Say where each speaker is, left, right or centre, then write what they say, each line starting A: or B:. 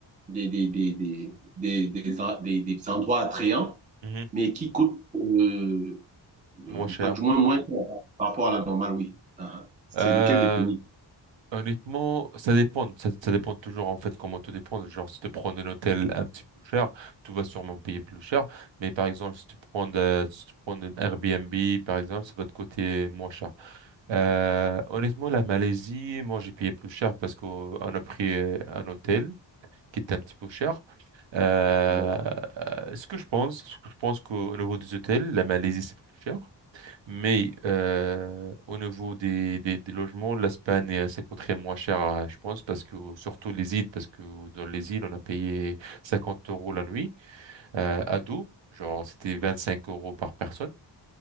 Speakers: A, on the right (about 20°); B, on the right (about 80°).
A: des des des des des des, en- des- des endroits attrayants,
B: mhm.
A: mais qui coûte euh,
B: Moins
A: euh,
B: cher.
A: ah, du moins, moins cher par par rapport à la normale, oui. Ah, ah. C'est
B: Euh,
A: lequel des pays?
B: honnêtement, ça dépend. Ça, ça dépend toujours en fait comment tout dépend. Genre, si tu prends un hôtel un petit peu cher, tu vas sûrement payer plus cher. Mais par exemple, si tu prends, de- si tu prends un Airbnb, par exemple, ça va te coûter moins cher. Euh, honnêtement, la Malaisie, moi j'ai payé plus cher parce qu'on a pris euh, un hôtel qui était un petit peu cher. Euh,
A: Ouais,
B: ce que je pense, ce que je pense qu'au niveau des hôtels, la Malaisie c'est plus cher. Mais euh, au niveau des, des, des logements, l'Espagne, euh, ça coûterait moins cher, euh, je pense, parce que surtout les îles, parce que dans les îles, on a payé 50 euros la nuit euh, à dos, genre c'était 25 euros par personne.